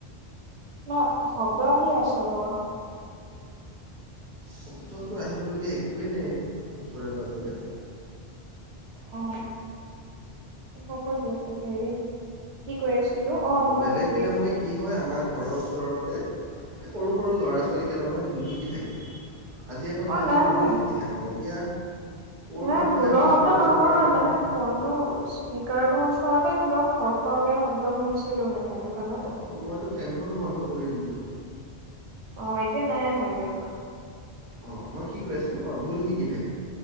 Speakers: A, on the right; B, on the right.
A: ন শব্দ আহি আছে বৰ।
B: শব্দটো আহিবলগীয়া একোৱেই নাই ওচৰে পাঁজৰে
A: অ হ'ব দিয়ক কছ হৰি কি কৈ আছিলো
B: অ
A: মই
B: বেলেগ
A: কেক
B: দিনা মানে কি হয় আমাৰ ঘৰৰ ওচৰতে সৰু সৰু ল'ৰা ছোৱালীকেইটামানে ঢোল শিকি থাকে। আজি আকৌ
A: অ
B: সিহঁতে
A: নাই
B: ঢোলো শিকি থাকে নাই এতিয়া ক'ৰ
A: নাই
B: শব্দ
A: ঢোলৰ
B: আহিছে
A: শব্দ
B: মই ধৰিব
A: নহয়
B: পৰা নাই
A: মানে ফোনটো স্পকাৰটোৰ ওচৰত কিবা খৰ খৰকে শব্দ শুনিছিলো মানে সেইটো কাৰণে
B: অঁ মইতো ফেনখনো বন্ধ কৰি দিলোঁ
A: অ এতিয়া নাই আহা দিয়ক
B: অঁ মই কি কৈ আছিলোঁ অঁ ঢোল শিকি থাকে।